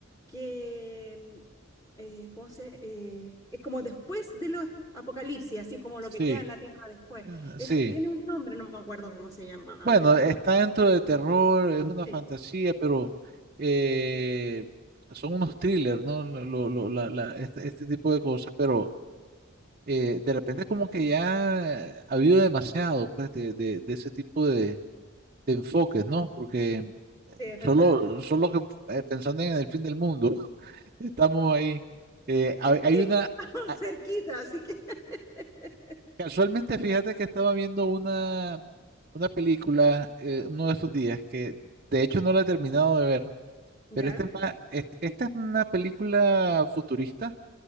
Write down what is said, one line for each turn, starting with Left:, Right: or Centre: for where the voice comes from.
Left: que, mm, eh, ¿cómo se? eh, es como después de los apocalipsis, así como
Right: Sí,
Left: lo que queda en la tierra después.
Right: eh,
Left: Eso
Right: sí.
Left: tiene un nombre, no me acuerdo cómo se llama,
Right: Bueno,
Left: pero
Right: está dentro de terror, es una
Left: sí,
Right: fantasía, pero eh, son unos thrillers, ¿no? Lo- lo- lo- la- la- este, este tipo de cosas, pero eh, de repente como
Left: sí,
Right: que ya ha habido demasiado, pues, de, de- de ese tipo de, de enfoques, ¿no? Porque
Left: es verdad.
Right: Solo, solo que eh, pensando en el fin del mundo, <laughs> estamos ahí. Eh, hay,
Left: <laughs>
Right: hay una,
Left: Aún
Right: ah,
Left: cerquita, así que. <laughs>
Right: casualmente fíjate que estaba viendo una, una película eh, uno de estos días, que de hecho no la he terminado de ver,
Left: ¿Ya?
Right: pero esta es, ma- es- esta es una película futurista,